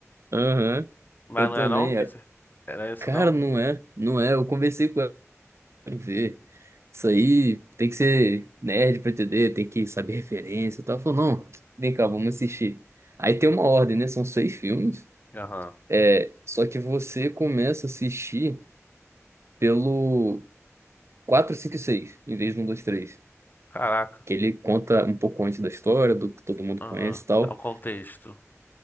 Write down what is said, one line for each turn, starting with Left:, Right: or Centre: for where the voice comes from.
Right: aham.
Left: Mas
Right: Eu
Left: não
Right: também.
Left: é não? Tem
Right: é.
Left: certeza? Era isso
Right: Cara,
Left: não?
Right: não é, não é. Eu conversei com ela pra ver. Isso aí tem que ser nerd pra entender, tem que saber referência e tal. Ela Falou, não, vem cá, vamos assistir. Aí tem uma ordem, né? São seis filmes.
Left: Aham.
Right: É, só que você começa a assistir pelo. quatro 5 e 6, em vez de um 2 três
Left: Caraca.
Right: Que ele conta um pouco antes da história, do que todo mundo
Left: Aham.
Right: conhece e tal.
Left: Dá um contexto.